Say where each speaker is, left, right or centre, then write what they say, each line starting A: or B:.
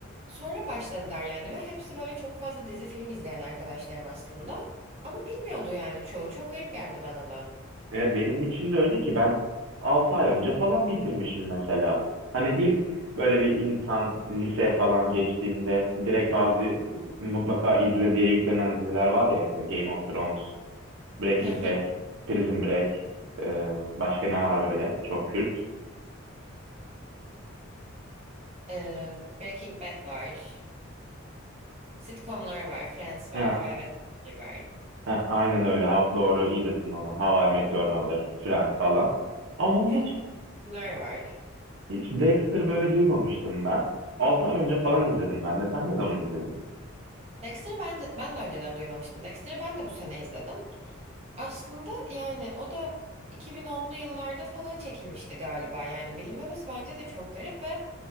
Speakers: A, on the right; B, on the right.
A: Sonra başladılar yani ve hepsi böyle çok fazla dizi film izleyen arkadaşlarım aslında. Ama bilmiyordu yani çoğu. Çok garip geldi bana da.
B: E, benim için de öyle ki ben 6 ay önce falan bitirmişim mesela. Hani ilk böyle bir insan liseye falan geçtiğinde direkt bazı e, mutlaka izle diye yüklenen diziler var ya işte Game of Thrones, Breaking
A: <laughs>
B: Bad, Prison Break, e, başka ne var böyle çok kült.
A: Ee, Breaking Bad var. Sitcomlar var. Friends var.
B: Ha,
A: How I Met Your Mother var.
B: ha, aynen öyle. Ha- doğru, iyi dedin onu. How I Met Your Mother, Friends falan. Ama
A: Çok
B: hiç
A: filmler var.
B: hiç Dexter böyle duymamıştım ben. 6 ay önce falan izledim ben de. Sen ne zaman izledin?
A: Dexter'ı bence ben de önceden duymamıştım. Dexter'ı ben de bu sene izledim. Aslında yani o da 2010'lu yıllarda falan çekilmişti galiba. Yani bilinmemesi bence de çok garip ve